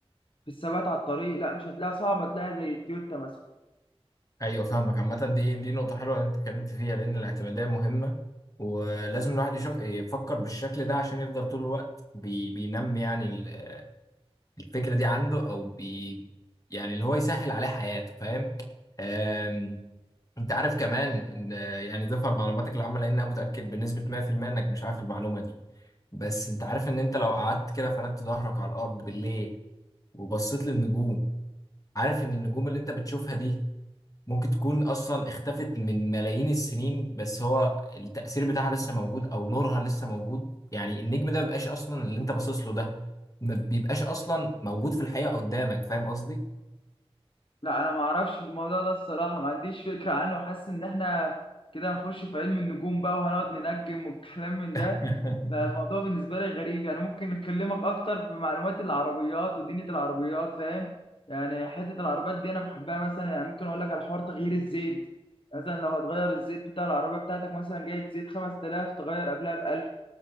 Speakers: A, on the left; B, on the left.
A: في الثبات على الطريق لا مش هتلاقيها صعبه تلاقيها زي التويوتا مثلا
B: ايوه فاهمك عامة دي دي نقطة حلوة اللي انت اتكلمت فيها لأن الاعتمادية مهمة ولازم الواحد يشك... يفكر بالشكل ده عشان يفضل طول الوقت بي... بينمي يعني ال- الفكرة دي عنده أو بي... يعني اللي هو يسهل عليه حياته فاهم؟ أم... أنت عارف كمان إن يعني ضيفها لمعلوماتك العامة لأن أنا متأكد بنسبة 100% إنك مش عارف المعلومة دي بس أنت عارف إن أنت لو قعدت كده فردت ظهرك على الأرض بالليل وبصيت للنجوم عارف إن النجوم اللي أنت بتشوفها دي ممكن تكون اصلا اختفت من ملايين السنين بس هو التأثير بتاعها لسه موجود او نورها لسه موجود يعني النجم ده مبيبقاش اصلا اللي انت باصص له ده ما بيبقاش اصلا موجود في الحقيقة قدامك فاهم قصدي؟
A: لا انا ما اعرفش في الموضوع ده الصراحه ما عنديش فكره عنه وحاسس ان احنا كده هنخش في علم النجوم بقى وهنقعد ننجم والكلام من ده
B: <laughs>
A: فالموضوع بالنسبه لي غريب يعني ممكن نكلمك اكتر في معلومات العربيات ودنيا العربيات فاهم يعني حته العربيات دي انا بحبها مثلا يعني ممكن اقول لك على حوار تغيير الزيت مثلا لو هتغير الزيت بتاع العربيه بتاعتك مثلا جايب زيت 5000 تغير قبلها ب 1000